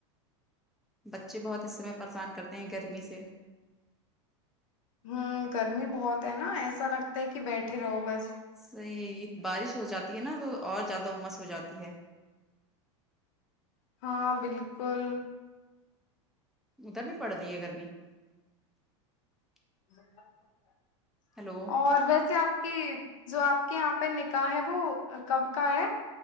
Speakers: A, in the centre; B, on the left.
A: بچے بہت اس سمے پریشان کرتے ہیں گرمی سے
B: ہوں گرمی بہت ہے نا ایسا لگتا ہے کہ بیٹھے رہو بس
A: صحیح یہ بارش ہو جاتی ہے نا تو اور زیادہ امس ہو جاتی ہے
B: ہاں بالکل <unintelligible>
A: ادھر بھی پڑ رہ ہے گرمی <unintelligible>
B: ا <unintelligible>
A: ہیلو
B: اور ویسے آپ کی جو آپ کے یہاں پہ نکاح ہے وہ کب کا ہے